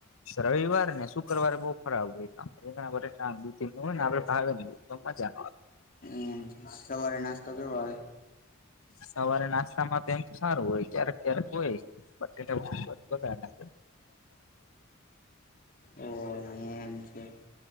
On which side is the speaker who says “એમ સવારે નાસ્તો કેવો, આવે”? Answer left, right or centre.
Left